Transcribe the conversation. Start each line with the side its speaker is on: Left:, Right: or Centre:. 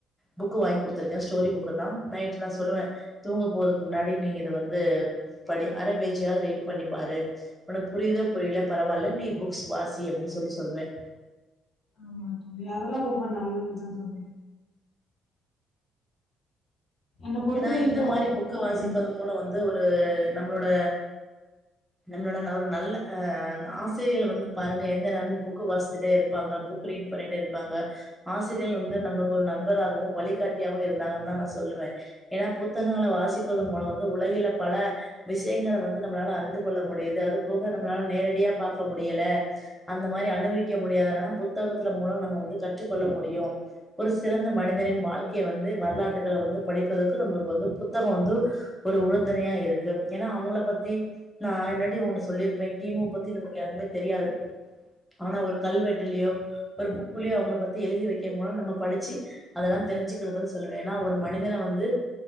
Centre: புக்கு வாங்கி குடுத்திருக்கேன் ஸ்டோரி புக்குதான் நைட் நா சொல்லுவேன் தூங்க போறதுக்கு முன்னாடி நீ இதை வந்து படி அர பேஜையாது ரீட் பண்ணிப்பாரு உனக்கு புரிதா புரிலயா பரவால்ல நீ புக்ஸ் வாசி அப்டின் சொல்லி சொல்லுவேன்
Left: ஆமா தோழி அதெல்லா ரொம்ப நல்லதுதான் தோழி என்ன பொறுத்த
Centre: ஏனா
Left: வரைக்கு
Centre: இந்த மாரி புக்க வாசிப்பதும்
Left: ம்
Centre: மூளை வந்து ஒரு நம்மளோட நம்மளோட ஒரு நல்ல அ ஆசிரியர்கள் வந்து பாருங்க எந்த நேரமு புக்கு வாசத்துட்டே இருப்பாங்க புக் ரீட் பண்ணிட்டே இருப்பாங்க ஆசிரியர்கள் வந்து நம்மளுக்கு ஒரு நண்பராகவும் வழிகாட்டியாகவு இருந்தாங்கன்னுதான் நா சொல்லுவேன் ஏனா புத்தகங்கள வாசிப்பது மூலம் வந்து உலகில பல விஷ்யங்கள வந்து நம்மளால அறிந்து கொள்ள முடிது அது போக நம்மளால நேரடியா பாக்க முடில அந்த மாரி அனுபவிக்க முடியாதுன்னா புத்தகத்துல மூலோ நம்ம வந்து கற்றுக்கொள்ள முடியு ஒரு சிறந்த மனிதனின் வாழ்க்கையை வந்து வரலாற்றுகள வந்து படிப்பதற்கு நம்மளுக்கு வந்து புத்தகோ வந்து ஒரு உழுந்துணையா இருக்கு ஏனா அவுங்கள பத்தி நா என்னடி உன்ட்ட சொல்லிருப்பேன் கி மு பத்தி நமக்கு எதுமே தெரியாது ஆனா ஒரு கல்வெட்டுலயோ ஒரு புக்ளயோ அவுங்கள பத்தி எழுதி வெக்க மூலோ நம்ம படிச்சு அதெல்லா தெரிஞ்சிக்கறதுன்னு சொல்லுவேன் ஏனா ஒரு மனிதன வந்து